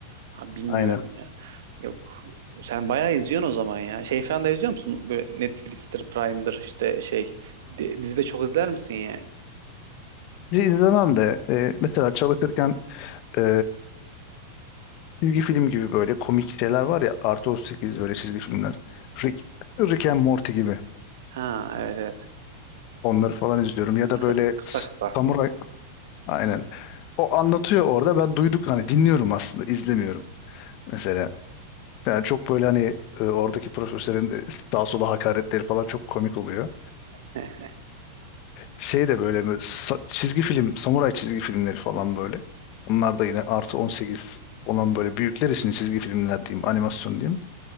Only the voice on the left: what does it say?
Aynen.
Dizi izlemem de e, mesela çalışırken e, çizgi film gibi böyle komik şeyler var ya artı 38 böyle çizgi filmler. Rick, Rick and Morty gibi.
Onları falan izliyorum. Ya da böyle
s-
samuray. Aynen. O anlatıyor orada. Ben duyduk hani dinliyorum aslında izlemiyorum. Mesela yani çok böyle hani e, oradaki profesörün e, sağa sola hakaretleri falan çok komik oluyor.
Şey de böyle, böyle sa- çizgi film, samuray çizgi filmleri falan böyle. Onlar da yine artı 18 olan böyle büyükler için çizgi filmler diyeyim, animasyon diyeyim.